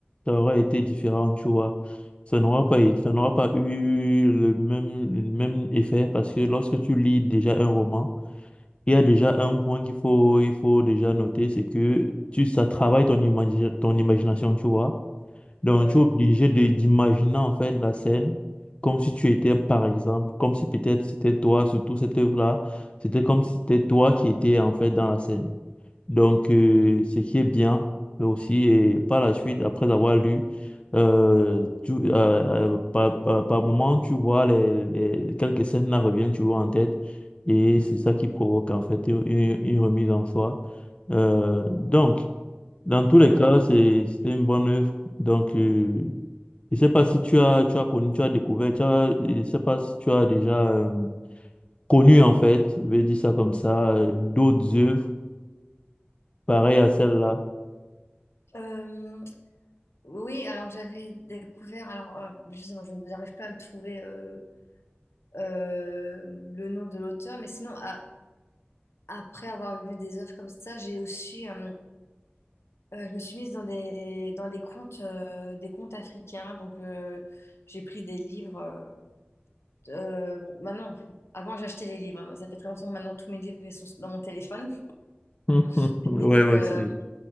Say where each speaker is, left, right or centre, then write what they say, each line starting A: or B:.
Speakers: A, on the left; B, on the left.
A: ça aurait été différent, tu vois. Ça n'aura pas, ça n'aura pas eu le même, le même effet, parce que lorsque tu lis déjà un roman, il y a déjà un point qu'il faut, il faut déjà noter, c'est que tu, ça travaille ton imagi- ton imagination, tu vois. Donc,
B: Oui,
A: tu es obligé de d'imaginer en fait la scène comme si tu étais, par exemple, comme si peut-être c'était toi, surtout cette œuvre-là, c'était comme si c'était toi qui étais en fait dans la scène. Donc, euh, ce qui est bien mais aussi, et par la suite, après avoir lu, euh, tu- euh, euh, par, par, par moment, tu vois les, les- quelques scènes là reviennent, tu vois en tête, et c'est ça qui provoque en fait une, une- une remise en soi. Euh, donc, dans tous
B: ouais.
A: les cas, c'est, c'était une bonne œuvre. Donc, euh, je sais pas si tu as, tu as connu, tu as découvert, tu as, je sais pas si tu as déjà euh, connu en fait, je vais dire ça comme ça, euh, d'autres œuvres pareilles à celle-là.
B: Euh, oui, alors j'avais découvert... Alors, euh, justement, je n'arrive pas à me trouver... euh, euh, le nom de l'auteur, mais sinon, ah, Après avoir lu des œuvres comme ça, j'ai aussi, euh, euh, je me suis mise dans des, dans des contes, euh, des contes africains. Donc, euh, j'ai pris des livres. euh, euh, bon, maintenant, avant, j'achetais les livres. hein. Ça fait très longtemps que maintenant, tous mes livres ils sont dans mon téléphone.
A: <laughs>
B: <laughs>
A: Ouais,
B: Et donc,
A: ouais,
B: euh,
A: c'est...